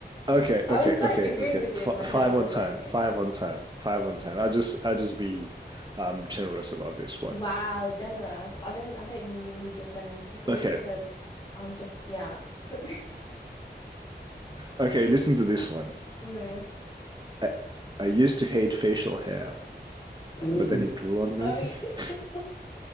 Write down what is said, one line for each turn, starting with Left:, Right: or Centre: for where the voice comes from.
Right: Okay,
Left: I
Right: okay,
Left: was like
Right: okay,
Left: agreeing
Right: okay.
Left: with you
Right: F
Left: in my head
Right: five
Left: and
Right: on
Left: I was
Right: ten,
Left: like, okay.
Right: five on ten, five on ten. I'll just I'll just be um generous about this one.
Left: Wow, generous. I don't I don't need your generosity
Right: Okay,
Left: because I'm just yeah. <laughs>
Right: okay. Listen to this one.
Left: No.
Right: I I used to hate facial hair,
Left: Mm.
Right: but then it grew on me.
Left: Oh,
Right: <laughs>
Left: <laughs>